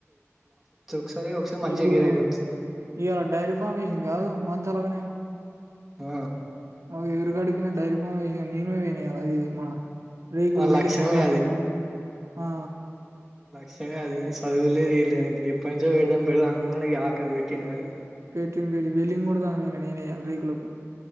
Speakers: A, in the centre; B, on the right.
A: ఒకసారి ఒకసారి మంచిగా
B: ఇప్పుడు
A: గిరాకి వత్తది
B: ఇవాలా డైరీ ఫార్మేషంది కాదు మంచాలోదినే
A: ఆ
B: అ ఎరుగాడికిిన డైరీ ఫామ్ ఎసిండు నేను వెయ్యాల అది మన రేగులు
A: వాళ్ళ
B: వెలింగ్
A: లక్ష్యమే
B: కొడతాడు అయినా ఆ
A: లక్షమే అది సద్వులేద్ ఎంలేద్ అని ఏప్పంచో పెడదం పెడదాం అనుకున్నా ఈ ఆక్కరి పెట్ ట్టిండు ఆడు
B: పెయింటింగ్ వెల్లింగ్ కొడతా <unintelligible> ఇయ్యాల రేకులకు